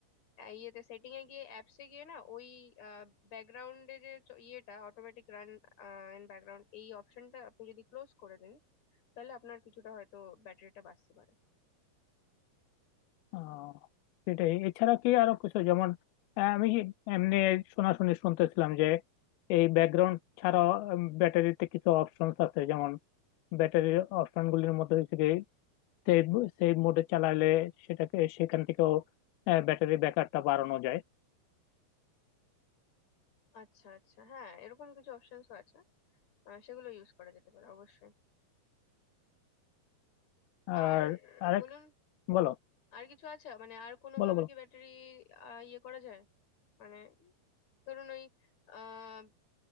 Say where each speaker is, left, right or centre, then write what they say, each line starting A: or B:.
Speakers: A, on the left; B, on the left.
A: আহ, ইয়েতে সেটিং এ গিয়ে অ্যাপসে গিয়ে না ওই ব্যাকগ্রাউন্ডে যে চ- ইয়েটা অটোমেটিক রান ইন ব্যাকগ্রাউন্ড এই অপশনটা আপনি যদি ক্লোজ করে দেন তাহলে আপনার কিছুটা হয়তো ব্যাটারিটা বাঁচতে পারে
B: আহ, সেটাই এছাড়া কি আরো কিছু যেমন আহ, আমি এমনি শোনাশুনি শুনতেছিলাম যে এই ব্যাকগ্রাউন্ড ছাড়া ব্যাটারিতে কিছু অপশনস আছে যেমন ব্যাটারির অপশন গুলির মধ্যে হচ্ছে কি সেভ সেভ মোডে চালালে সেটাকে সেখান থেকেও ব্যাটারি ব্যাকআপটা বাড়ানো যায়
A: আচ্ছা আচ্ছা হ্যাঁ এরকম কিছু অপশনসও আছে আহ, সেগুলো ইউজ করা যেতে পারে অবশ্যই
B: আর
A: আর আহ,
B: আরেক
A: বলুন
B: বলো
A: আর কিছু আছে মানে আর কোনো
B: বলো
A: ভাবে
B: বলো
A: কি ব্যাটারি ইয়ে করা যায় মানে ধরুন ওই আহ